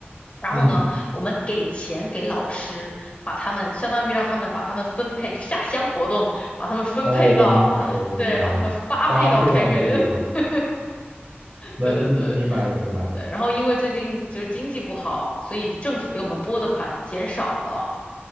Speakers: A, on the left; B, on the right.
A: 然后呢，
B: 嗯，
A: 我们给钱给老师，把他们相当于让他们把他们分配，就下乡活动，把他们分配到，
B: 哦，我明白了，我明白了，
A: 对，把他们发配到偏远，
B: 发配到那个地方，
A: <laughs>
B: 那嗯，
A: 对对对
B: 明白了，明白了，
A: 对。然后因为最近就是经济不好，所以政府给我们拨的款减少了，